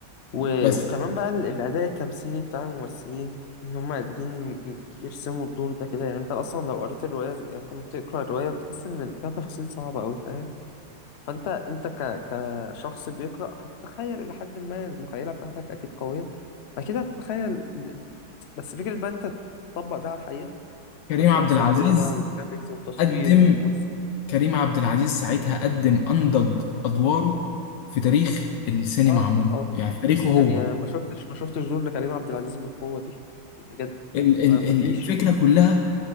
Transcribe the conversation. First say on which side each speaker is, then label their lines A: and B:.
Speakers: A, on the left; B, on the left.
A: و...
B: بس
A: وكمان بقى ال- الأداء التمثيلي بتاع الممثلين إن هم قادرين ي- يرسموا الدور ده كده يعني أنت أصلا لو قريت الرواية زي- يعني أنت لما بتقرأ الرواية بتحس إن فيها تفاصيل صعبة أوي فاهم فأنت أنت ك... كشخص بيقرأ هتتخيل إلى حد ما المخيلة بتاعتك أكيد قوية فأكيد هتتخيل ال- ال- بس فكرة بقى أنت تطبق ده على الحقيقة
B: كريم
A: مؤثرات
B: عبد
A: صوتية
B: العزيز
A: بقى وجرافيكس وتصوير
B: قدم
A: وممثلين
B: كريم عبد العزيز ساعتها قدم انضج ادواره في تاريخ السينما
A: اه
B: عموما
A: اه
B: يعني في تاريخه هو
A: يعني انا ما شفتش ما شفتش دور لكريم عبد العزيز بالقوه دي بجد
B: ال
A: ما
B: ال
A: ما
B: ال
A: فيش
B: الفكره كلها